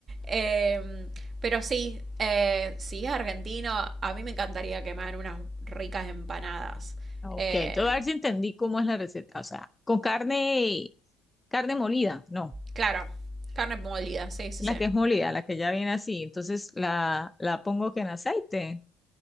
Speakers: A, on the right; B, on the left.
A: Eh, pero sí, eh, sí, argentino, a mí me encantaría que me hagan unas ricas empanadas.
B: Ah, Ok,
A: Eh,
B: entonces a ver si entendí cómo es la receta. O sea, con carne, carne molida, no.
A: claro, carne molida, sí, sí, sí.
B: La que es molida, la que ya viene así. Entonces la, la pongo que en aceite.